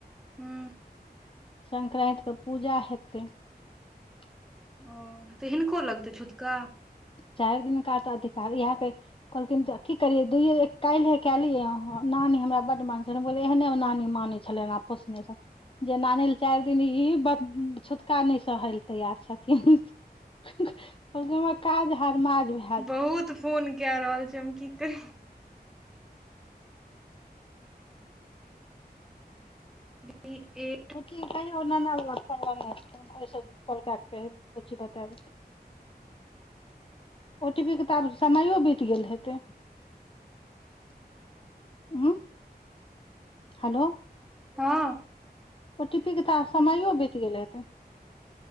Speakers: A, in the centre; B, on the left.
A: हूँ
B: संकरैत कऽ पुजा हेतै <inaudible>
A: ओ तऽ हिनको लगतै छुतका
B: चाइर दिनकनका तऽ अधिकार इहै कैह कहलखिन ज कि करे दुये बेर कायलेह कय लिए अहाँ नानी हमरा बड मान छल ते हम बोल्लिये एहने नानी मानै छले आप पोसने रहै जेय नानी ले चार दिन ई बप छुतका नय सहय लऽ तैयार छथिन कहलकै हमरा काज हरमाज भै
A: बहुत फोन कैय रहल छै हम की कही <inaudible>
B: पुकी कहयौ नाना बला फोन लावने छै ओय से कॉल केय कऽ कैह बुच्ची बताएबे ओ टी पी केँ तऽ आब समयो बीत गेल हेतै <unintelligible> हेलो
A: हँ
B: ओ टी पी केँ तऽ आब समयो बीत गेल हेतै